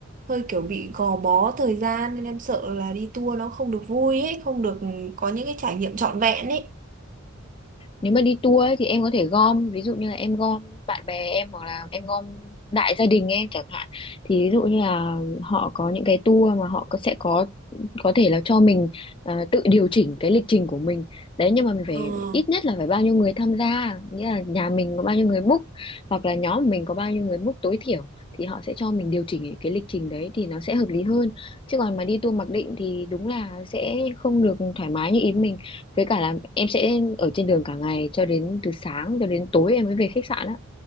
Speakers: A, on the right; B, on the left.
A: hơi kiểu bị gò bó thời gian nên em sợ là đi tour nó không được vui ấy, không được có những cái trải nghiệm trọn vẹn ấy.
B: nếu mà đi tour ấy, thì em có thể gom ví dụ như là em gom bạn bè em hoặc là em gom đại gia đình em chẳng hạn thì ví dụ như là họ có những cái tour mà họ có, sẽ có có thể là cho mình à, tự điều chỉnh cái lịch trình của mình đấy nhưng mà mình
A: Ờ.
B: phải ít nhất là phải bao nhiêu người tham gia nghĩa là nhà mình có bao nhiêu người book hoặc là nhóm mình có bao nhiêu người book tối thiểu thì họ sẽ cho mình điều chỉnh cái lịch trình đấy thì nó sẽ hợp lý hơn chứ còn mà đi tour mặc định thì đúng là sẽ không được thoải mái như ý mình với cả là em sẽ ở trên đường cả ngày cho đến từ sáng cho đến tối em mới về khách sạn á